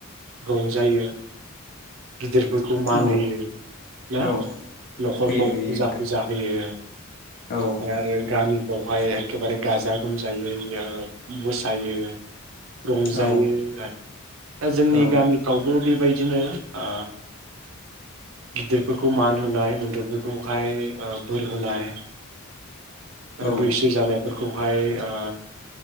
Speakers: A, on the right; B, on the left.
A: रंजायो गिदिरफोरखौ
B: औ
A: मान होयो ना
B: औ
A: नखरफ्राव
B: होयो होयो
A: फुजा
B: नोंथां
A: फुजा होयो
B: औ
A: ओमफ्राय आरो
B: होयो
A: गामिफ्रावहाय एखेबारे गाजा गोमजायै ओ मोसायो रंजायो
B: औ
A: आरो दा जोंनि
B: औ
A: गामि बो बेबायदिनो ओ गिदिरफोरखौ मान होनाय उन्दैफोरखौहाय ओ बोर होनाय
B: औ
A: आरो बैसो जानायफोरखौहाय ओ